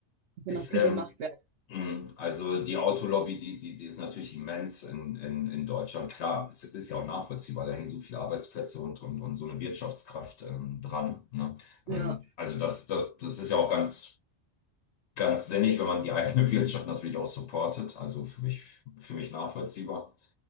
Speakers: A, on the right (about 70°); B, on the left (about 70°).
A: wo
B: Ist,
A: noch viel
B: ähm,
A: gemacht werden.
B: mm, also die Autolobby, die, die, die ist natürlich immens in, in, in Deutschland. Klar, es ist ja auch nachvollziehbar, da hängen so viele Arbeitsplätze und, und, und so eine Wirtschaftskraft ähm, dran, ne?
A: Ja,
B: Ähm, also das, das, das ist ja auch ganz ganz sinnig, wenn man die eigene <laughs> Wirtschaft natürlich auch supportet. Also für mich, für mich nachvollziehbar.